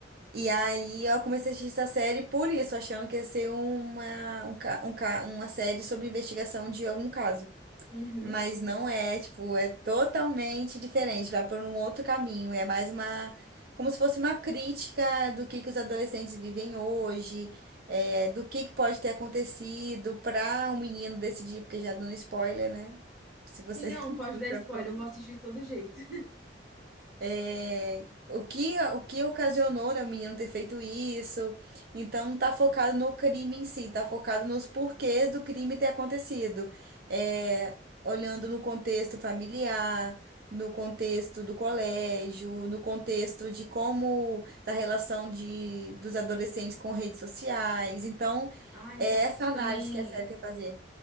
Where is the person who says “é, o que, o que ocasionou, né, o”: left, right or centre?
Right